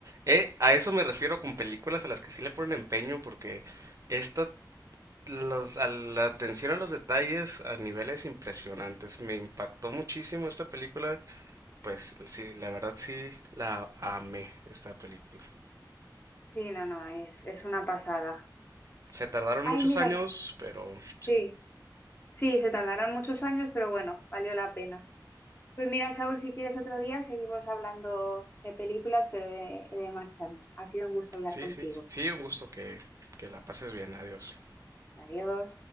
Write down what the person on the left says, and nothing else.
Sí, no, no, es, es una pasada.
Ay,
miras,
sí,
sí, se tardaron muchos años, pero bueno, valió la pena. Pues mira, Saúl, si quieres otro día seguimos hablando de películas, pero de, de Mark Chapman. Ha sido un gusto hablar
contigo.
Adiós.